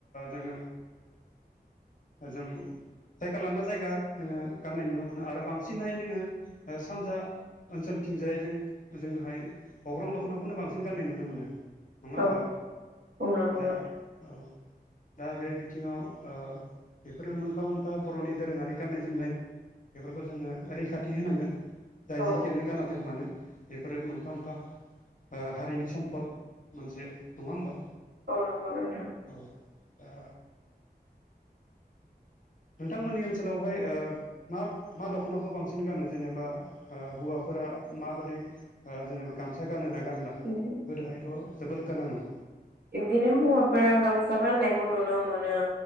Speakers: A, on the left (about 50°); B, on the right (about 75°).
A: जोङो जों जायगा लाना जायगा जोङो गाननाय नुनो मोनो आरो बांसिनहाय जोङो सानजा ओनसोलथिंजायजों जोंहाय हग्रां दख'नाखौनो बांसिन गाननाय नुनो मोनो नङा होमबा
B: औ औ नंगौ
A: दा
B: नोंथां
A: औ दा बे बिथिङाव ओ बेफोरो मोनफा मोनफा बर'नि दोरोङारि गाननाय जोमनाय बेफोरखौ जोङो रैखाथि होनांगोन जाय
B: औ
A: जेखियानो गानादों मानो बेफोरो मोनफा मोनफा हारिनि सम्फद मोनसे नङा होमबा
B: औ नंगौ नोंथा
A: औ दा नोंथांमोननि ओनसोलावहाय मा मा दख'नाखौ बांसिन गानो जेनेबा हौवाफोरा माबादि जेनेबा गामसा गानोना गानला
B: उम
A: गोदोहायथ' जोबोद गानामोन
B: बिदिनो हौवाफोरा गामसा गाननायखौ नुनो मोनो